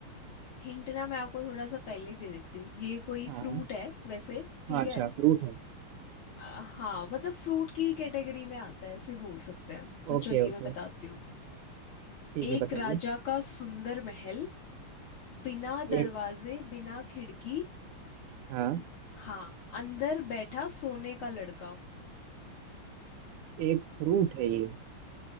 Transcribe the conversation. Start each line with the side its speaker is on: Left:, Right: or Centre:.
Left: हिंट ना मैं आपको थोड़ा सा पहले ही दे देती हूँ ये कोई
Right: हाँ
Left: फ्रूट है वैसे ठीक
Right: हाँ अच्छा
Left: है
Right: फ्रूट है
Left: अ, हाँ मतलब फ्रूट की कैटेगरी में आता है ऐसे बोल सकते हैं तो
Right: ओके
Left: चलिए
Right: ओके
Left: मैं बताती हूँ
Right: ठीक
Left: एक
Right: है बताइए
Left: राजा का सुंदर महल बिना
Right: एक
Left: दरवाजे बिना खिड़की
Right: हाँ
Left: हाँ अंदर बैठा सोने का लड़का
Right: एक फ्रूट है ये